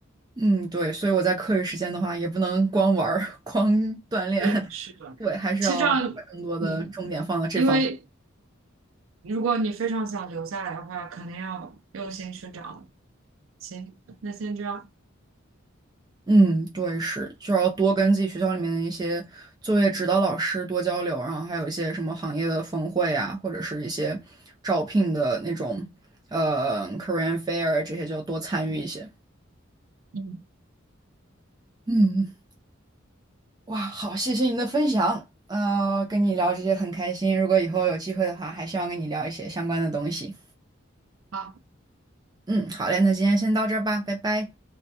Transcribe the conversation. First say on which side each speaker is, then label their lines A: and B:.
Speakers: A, on the right; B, on the right.
A: 嗯，对，所以我在课余时间的话，也不能光玩儿、<laughs> 光锻炼，
B: 对，
A: <laughs>
B: 是的。
A: 对，还是要把更多的重点放到这方面。
B: 其实这样，嗯，因为如果你非常想留下来的话，肯定要用心去找。行，那先这样，
A: 嗯，对，是，就要多跟自己学校里面的一些作业指导老师多交流，然后还有一些什么行业的峰会啊，或者是一些招聘的那种呃 career fair 这些，就多参与一些。
B: 嗯。
A: 嗯，哇，好，谢谢你的分享，呃，跟你聊这些很开心，如果以后有机会的话，还希望跟你聊一些相关的东西。
B: 好。
A: 嗯，好嘞，那今天先到这儿吧，拜拜。